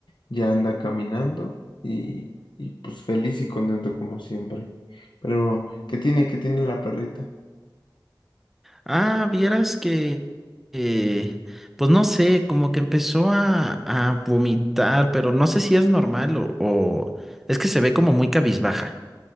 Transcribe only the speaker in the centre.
Ah, vieras que, eh, pues no sé, como que empezó a, a vomitar, pero no sé si es normal o, o- es que se ve como muy cabizbaja.